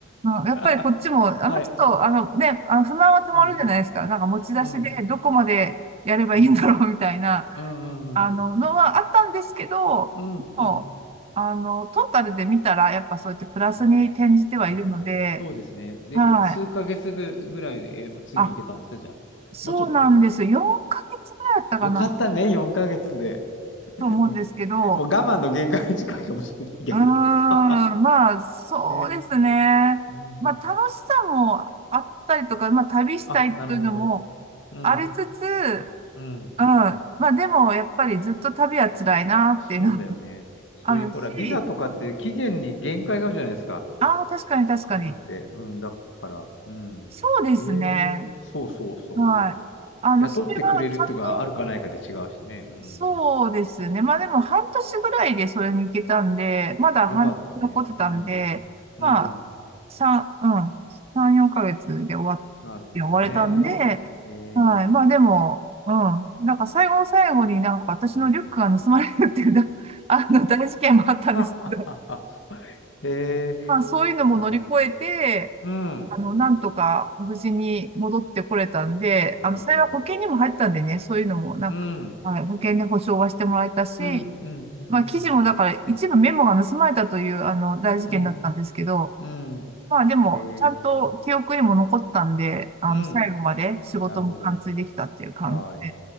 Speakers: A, on the right; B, on the left.
A: の、やっぱりこっちも、
B: あ。<laughs>
A: あの、
B: はい。
A: ちょっと、あのね、あの不満はたまるじゃないですか。
B: うん、
A: なんか持ち出しでどこまでやればいいんだろうみたいな、
B: うん、うん。うんうんうん。
A: あの、のはあったんですけど、
B: うんうん
A: もう、あの、トータルで見たら、やっぱそうやってプラスに転じてはいるので、
B: うん。なるほど。そうですね。で、
A: はい。
B: 数ヶ月ぐ、ぐらいで、え、次行けたんですか、
A: あ、
B: じゃあ。
A: そうなんですよ。
B: もうちょっと。
A: 4ヶ月ぐらいだったかな
B: よかったね、4ヶ月で。
A: と思うんですけど、
B: うんもう我慢の限界に近いかもしれない、逆に。
A: うーん、
B: <laughs>
A: まあ、そうですね。
B: ね。うん。
A: まあ、楽しさもあったりとか、まあ、旅したいというのも、
B: あ、なるほど。うん。
A: ありつつ、うん。
B: うん。
A: まあでも、やっぱりずっと旅は辛いなっていうのも
B: そうだよね。それに、
A: <laughs> あるし、
B: ほら、ビザとかって期限に限界があるじゃないですか。
A: ああ、確かに確かに。
B: ああいうのって。うん、だから。うん。
A: そうですね。
B: ええそうそうそ
A: はい。
B: う。
A: あの、
B: 雇ってくれるっていうのがあるかないかで違うしね。
A: それはちゃんと、
B: うん。
A: そうですね。まあでも、半年ぐらいでそれに行けたんで、まだ半年残ってたんで、
B: よかったね。うん。うん。
A: ま三うん、3、4ヶ月で終わって、
B: なるほどね。
A: 終われたんで、
B: えー、
A: はい。まあでも、うん。なんか最後の最後になんか私のリュックが盗まれるっていうだ、
B: うん。
A: <laughs> あの、大事件もあったんですけど、
B: <laughs> はははは。えー、
A: まあそういうのも乗り越えて、
B: なるほど。うん。
A: あの、なんとか無事に戻ってこれたんで、
B: なるほど。
A: あの、幸い保険にも入ったんでね、そういうのもなんか、
B: うん。
A: はい、保険で保証はしてもらえたし、
B: うん。うん。うん。
A: まあ記事もだから一部メモが盗まれたという、
B: うん。
A: あの、大事件だったんですけど、
B: うん。うん
A: まあでも、
B: えー、
A: ちゃんと記憶にも残ったんで、あの、
B: うん。
A: 最後まで仕事も完遂できたっていう感じで、
B: なるほど。はい。